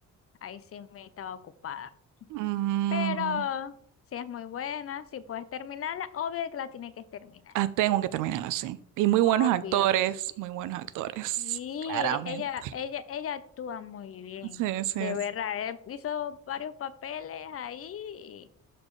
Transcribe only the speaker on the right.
Mm,
ah, tengo que terminar así. Y muy buenos
actores, muy buenos actores,
claramente.
Sí, sí,
sí.